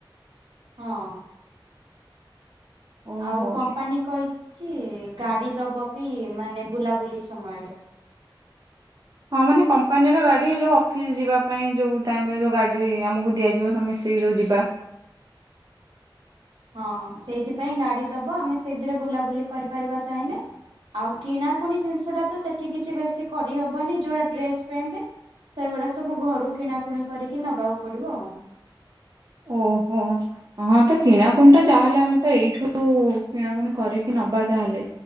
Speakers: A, on the right (about 80°); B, on the right (about 45°).
A: ହଁ।
B: ଓହୋ
A: ଆଉ କମ୍ପାନୀ କହିଚି ଗାଡି ଦବ ବି ମାନେ ବୁଲାବୁଲି ସମୟରେ।
B: ହଁ ମାନେ କମ୍ପାନୀର ଗାଡି ଯୋଉ ଅଫିସ୍ ଯିବା ପାଇଁ ଯୋଉ ଟାଇମରେ ଯୋଉ ଗାଡି ଆମକୁ ଦିଆଯିବ ସବୁ ମିଶି ସେ ଯୋଉ ଯିବା।
A: ହଁ ସେଇଥିପାଇଁ ଗାଡି ଦବ ଆମେ ସେଇଥିରେ ବୁଲାବୁଲି କରିପାରିବା ଚାହିଁଲେ। ଆଉ କିଣାକୁଣି ଜିନିଷ ଟା ତ ସେଠି କିଛି ବେଶୀ କରିହବନି ଯୋଉଟା ଡ୍ରେସ୍ ପେଣ୍ଟ ସେଗୁଡା ସବୁ ଘରୁ କିଣାକୁଣି କରିକି ନବାକୁ ପଡିବ ଆଉ।
B: ଓହୋ। ହଁ ତ କିଣାକୁଣି ଟା ଯାହାହେଲେ ଆମେ ତ ଏଇଠୁ କିଣାକୁଣି କରିକି ନବା ଯାହାହେଲେ।